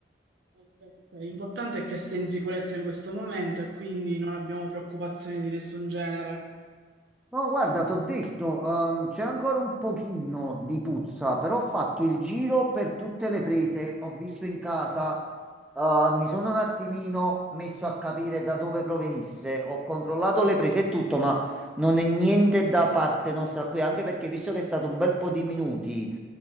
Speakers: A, on the right; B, in the centre.
A: Ok, ok. L'importante è che sei in sicurezza in questo momento e quindi non abbiamo preoccupazioni di nessun genere.
B: No, guarda, t'ho detto, ehm, c'è ancora un pochino di puzza, però ho fatto il giro per tutte le prese, ho visto in casa, eh, mi sono un attimino messo a capire da dove provenisse, ho controllato le prese e tutto, ma non è niente da parte nostra qui, anche perché visto che è stato un bel po' di minuti,